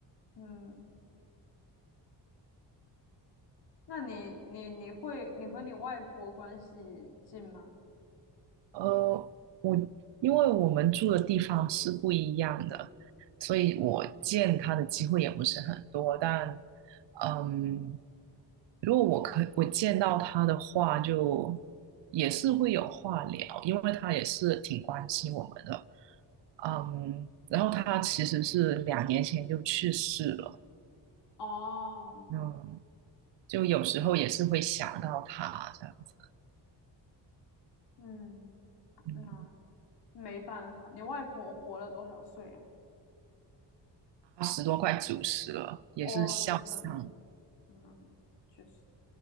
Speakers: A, on the left (about 65°); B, on the right (about 80°).
A: 嗯，那你你你会你和你外婆关系近吗？
B: 呃，我因为我们住的地方是不一样的，所以我见他的机会也不是很多。但，嗯，如果我可我见到他的话，就也是会有话聊，因为他也是挺关心我们的。嗯，然后他其实是两年前就去世了，
A: 哦，
B: 嗯，就有时候也是会想到他这样子，
A: 嗯，
B: 嗯，
A: 那没办法，你外婆活了多少岁啊？
B: 八十多快九十了，也是孝丧，
A: 哦，那那嗯，确实，